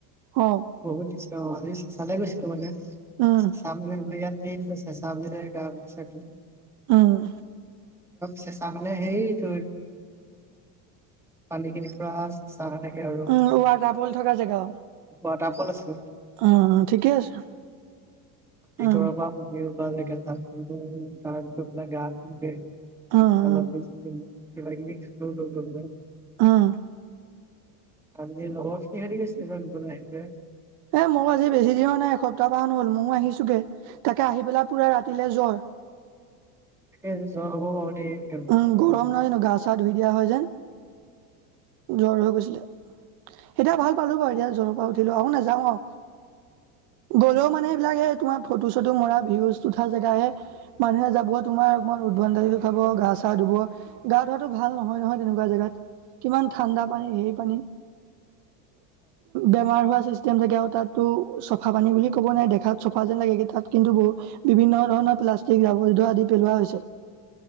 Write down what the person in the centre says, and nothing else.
বহুত দিছে অ আজি চালে গৈছ। ম
চাম ম ইয় ন নৈছে চাম <unintelligible>
চেচা মানে সেই দু বানি কিনি পুৰা চ থাকে আৰু
ৱাটাৰফল আছিল।
ভিতৰৰ
পৰা ভাবি, গ <unintelligible>
কিবা কিবি খালোঁ ললো কিবা।
ল খৰি গৈছে <unintelligible>
তাকে ভাবিছোঁ জৰ হব বাৰু দেই।
লৈ